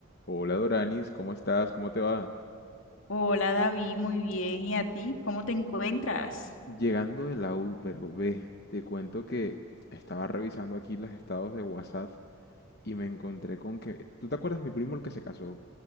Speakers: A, on the left; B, on the left.
A: Hola Doranis, ¿cómo estás? ¿Cómo te va?
B: Hola David, muy bien. ¿Y a ti? ¿Cómo te encuentras?
A: Llegando de la U, pero ve, te cuento que estaba revisando aquí los estados de WhatsApp y me encontré con que... ¿Tú te acuerdas mi primo el que se casó?